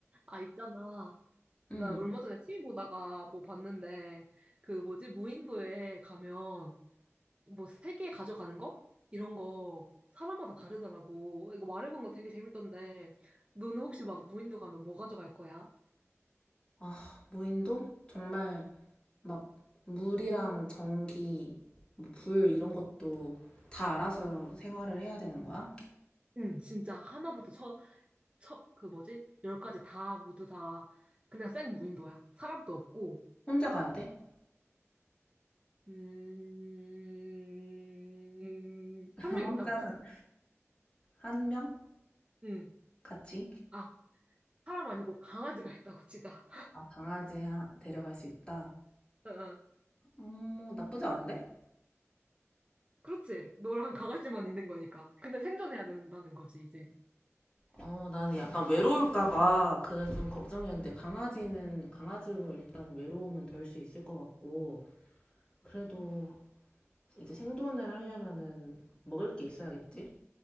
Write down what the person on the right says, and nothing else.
아, 있잖아.
나 얼마 전에 TV 보다가 뭐 봤는데, 그 뭐지, 무인도에 가면 뭐 세 개 가져가는 거? 이런 거 사람마다 다르더라고. 이거 말해본 거 되게 재밌던데, 너는 혹시 막 무인도 가면 뭐 가져갈 거야?
응, 진짜 하나부터 쳐, 쳐, 그 뭐지, 열까지 다, 모두 다, 그냥 생 무인도야. 사람도 없고,
음,
한
명 있다고 치자.
응.
아, 사람 아니고 강아지가 있다고 치자.
<laughs> 어, 어.
그렇지. 너랑 강아지만 있는 거니까. 근데 생존해야 된다는 거지, 이제.